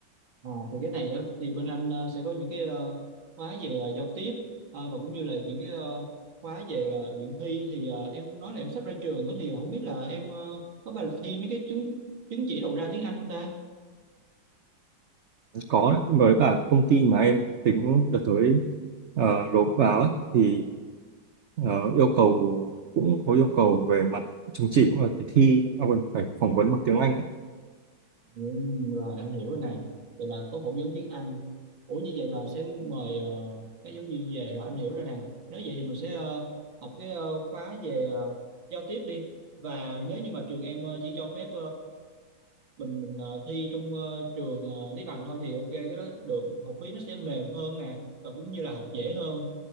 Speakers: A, on the right; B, on the right.
A: ờ, thì cái này á, thì bên anh ờ, sẽ có những cái ờ, khóa về ờ, giao tiếp ờ, và cũng như là những cái ờ, khóa về ờ, luyện thi thì ờ, em nói là em sắp ra trường đó, thì không biết là em ờ, có phải là thi mấy cái chứng chứng chỉ đầu ra tiếng Anh không ta?
B: Có với cả công ty mà em tính đợt tới ờ, nộp vào á, thì Ờ, yêu cầu cũng có yêu cầu về mặt chứng chỉ cũng là phải thi à, quên, phải phỏng vấn bằng tiếng Anh ấy.
A: Ừ, rồi anh hiểu rồi nè. Vậy là có phỏng vấn tiếng Anh. Ủa như vậy là sẽ mời ờ, các giáo viên về rồi anh hiểu rồi nè. Nếu vậy thì mình sẽ ờ, học cái ờ, khóa về ờ, giao tiếp đi. Và nếu như mà trường em ờ, chỉ cho phép mình mình ờ, thi trong ờ, trường ờ, Lý Bằng thôi thì ok cái đó được học phí nó sẽ mềm hơn nè và cũng như là học dễ hơn